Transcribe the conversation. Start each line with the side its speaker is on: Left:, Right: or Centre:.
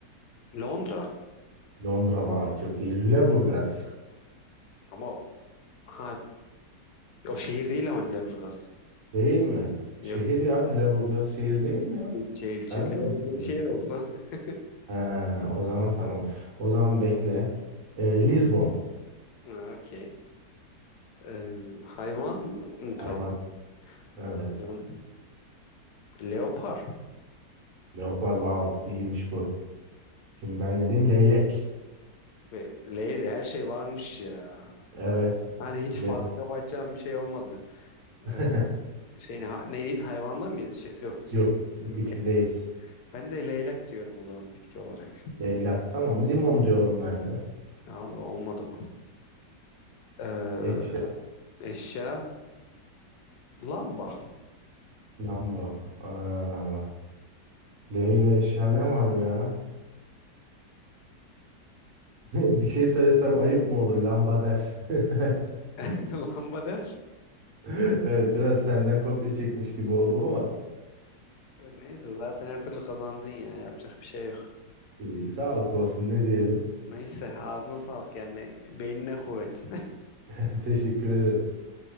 Left: Londra.
Right: Londra. Vay çok iyi. Lüleburgaz.
Left: Ama ha o şehir değil ama Lüleburgaz.
Right: Değil mi?
Left: Yok.
Right: Şehir
Left: il-
Right: ya. Lüleburgaz şehir
Left: il-
Right: değil mi ya?
Left: ilçe ilçe
Right: Ben mi
Left: Lüleburgaz
Right: yanlış biliyorum?
Left: şehir olsa. <laughs>
Right: Ha, o zaman tamam. O zaman bekle. Ee, Lizbon
Left: Ha, Okey. Ee, hayvan mı
Right: hayvan.
Left: kaldı?
Right: Evet.
Left: Hayvan. Leopar.
Right: Leopar wow iyiymiş bu. Şimdi ben ne diyeyim? Leylek.
Left: Ve L'de her şey varmış ya.
Right: Evet.
Left: Hani hiç
Right: Le
Left: fark yapacağım bir şey olmadı.
Right: <laughs>
Left: Ee, şey ne, ha- neyiz hayvanda mıyız? Şey, yok. bi-
Right: Yok
Left: me-
Right: bitkideyiz.
Left: ben de leylek diyorum o zaman bitki olarak.
Right: Leylak tamam. Limon diyorum ben de.
Left: Abi olmadı bu. Ee,
Right: Eşya.
Left: eşya lamba.
Right: Lamba. Aa, Leyla eşya ne var ya? <laughs> Bir şey söylesem ayıp mı olur? Lamba der. <laughs>
Left: <laughs> Lamba der.
Right: Evet biraz senden kopya çekmiş gibi oldum ama.
Left: Ee, Neyse zaten her türlü kazandın ya. Yapacak bir şey yok.
Right: e, sağlık olsun ne diyelim.
Left: Neyse ağzına sağlık yani beynine kuvvet.
Right: <laughs> Teşekkür ederim.